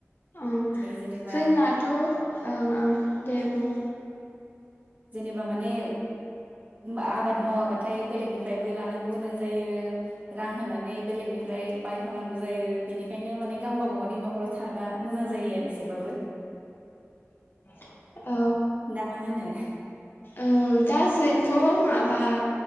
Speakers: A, on the left (about 45°); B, on the right (about 35°).
A: औ
B: माने जेनेबा
A: जोंनाथ' ओं ओं दे बुं
B: जेनेबा माने आबाद मावाबाथाय बेलेगनिफ्रायबो लानांगौ गोनां जायो रां होनानै बेलेगनिफ्राय बायख'नांगौ जायो बेनिखायनो माने गाव गावबा गावनि न'खराव थाबा मोजां जायो आरो एसेबाबो
A: <inaudible> औ
B: ना मा होनो
A: औ दा जोंथ' मा बा